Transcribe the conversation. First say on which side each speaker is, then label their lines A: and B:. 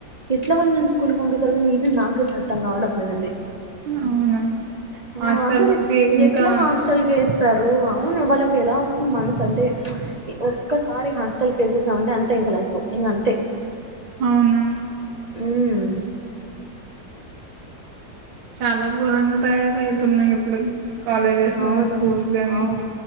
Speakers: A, on the right; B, on the right.
A: ఎట్ల వాళ్ళని స్కూల్కి పంపిస్తారో కానీ ఈవెన్ నాకైతే అర్థం కావడం లేదండి
B: అవునా హాస్టల్లోకి
A: ఆ అసలు
B: ఇంకా
A: ఎట్లా హాస్టల్ కి వేస్ తరు అవును వాళ్ళకి ఎలా వస్తుంది మనసు అంటే ఒక్కసారి హాస్టల్ కేసెస్ మంటే అంతే ఇంక లైఫ్ ఇంక అంతే
B: అవునా
A: హ్మ్
B: చాలా ఘోరంగా తయారయితున్నాయి ఇప్పుడు కాలేజెస్
A: అవును
B: గానీ స్కూల్స్ గానీ
A: అవును